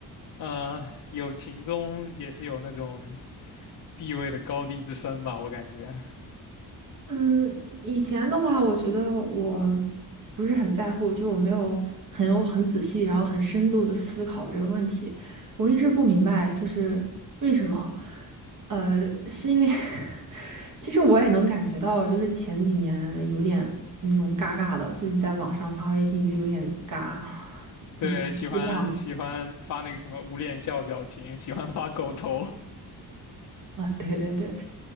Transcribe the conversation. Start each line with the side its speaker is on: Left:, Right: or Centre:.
Left: 呃，友情中也是有那种地位的高低之分吧，我感觉。
Right: 嗯，以前的话，我觉得我不是很在乎，就我没有很有很仔细，然后很深度的思考这个问题。我一直不明白，就是为什么？呃，是因为 <laughs> 其实我也能感觉到，就是前几年有点那种尬尬的，就是在网上发微信就有点尬，<laughs>
Left: 对，
Right: 以前不是这样子
Left: 喜欢喜欢发那个什么捂脸笑表情，喜欢发狗头。
Right: 啊，<laughs> 对对对，